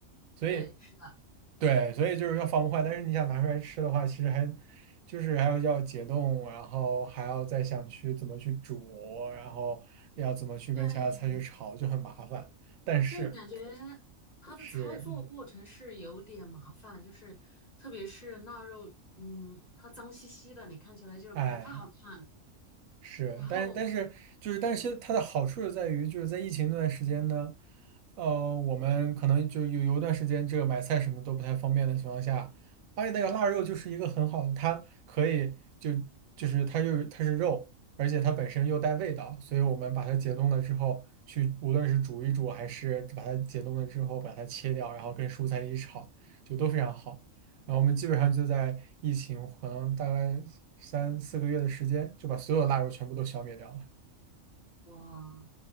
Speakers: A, on the right; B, on the left.
A: 所以。
B: 对，是的，
A: 对，所以就是要防坏，但是你想拿出来吃的话，其实还就是还要要解冻，然后还要再想去怎么去煮，然后要怎么去跟其他菜去炒，
B: 对，
A: 就很麻烦。但是
B: 就是感觉它的操作过程是有点麻烦，
A: 是，
B: 就是特别是腊肉，嗯，它脏兮兮的，你看起来就是不太好看。
A: 哎，是，
B: 然后，
A: 但但是就是，但是它的好处就在于，
B: 嗯，
A: 就是在疫情那段时间呢，呃，我们可能就有有一段时间，这个买菜什么都不太方便的情况下，而且那个腊肉就是一个很好的，它可以就就是它就是它是肉，而且它本身又带味道，所以我们把它解冻了之后，去无论是煮一煮，还是把它解冻了之后把它切掉，然后跟蔬菜一起炒，就都非常好。然后我们基本上就在疫情可能大概三四个月的时间，就把所有的腊肉全部都消灭掉了。
B: 哇，